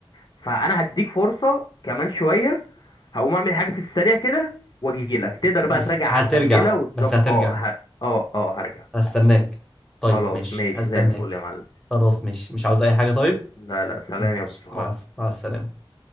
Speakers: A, on the left; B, in the centre.
A: فانا هديك فرصة كمان شوية هقوم اعمل حاجة في السريع كده واجي لك تقدر بقى
B: بس
A: تراجع على
B: هترجع
A: الاسئلة وتظبط
B: بس هترجع
A: اه ه... اه اه هرجع
B: هستناك طيب
A: خلاص
B: ماشي
A: ماشي
B: هستناك
A: زي الفل يا معلم
B: خلاص ماشي مش عاوز اي حاجه طيب
A: لا لا سلام
B: ماشي.
A: يا ابو الصحاب
B: مع الس- مع السلامه